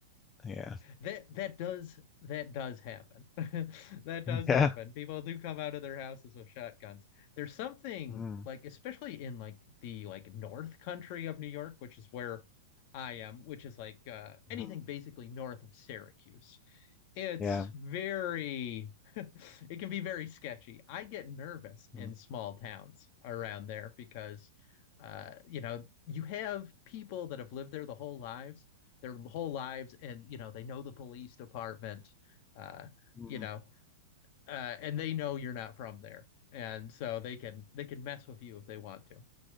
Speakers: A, on the left; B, on the left.
A: yeah.
B: that that does that does happen. <laughs> That does
A: <laughs>
B: happen.
A: Yeah.
B: People do come out of their houses with shotguns. There's something
A: Mm,
B: like, especially in like the like north country of New York, which is where I am, which is like uh, anything
A: mhm,
B: basically north of Syracuse. it's
A: yeah.
B: very <laughs> it can be very sketchy. I get nervous in
A: mm,
B: small towns around there because uh you know, you have people that have lived there the whole lives, their whole lives and you know, they know the police department uh
A: mm.
B: you know, uh and they know you're not from there. And so they can they can mess with you if they want